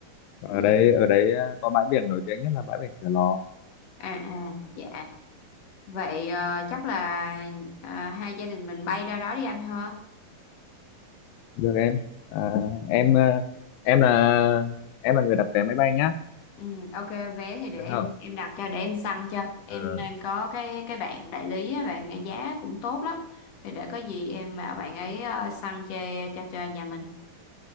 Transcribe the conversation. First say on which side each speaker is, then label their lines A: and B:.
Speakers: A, on the left (about 85°); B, on the left (about 55°).
A: ở
B: vậy-
A: đây ở đấy à, có bãi biển nổi tiếng nhất là bãi biển Cửa Lò
B: à à dạ. Vậy ờ, chắc là à, hai gia đình mình bay ra đó đi anh ha.
A: được em à, em à, em là em là người đặt vé máy bay nhá
B: Ừ, ok vé thì để
A: được
B: em
A: không
B: em đặt cho để em săn cho. Em
A: ừ.
B: em có cái cái bạn đại lý á, bạn ấy giá cũng tốt lắm. Thì để có gì em bảo bạn ấy ờ, săn cho cho cho nhà mình.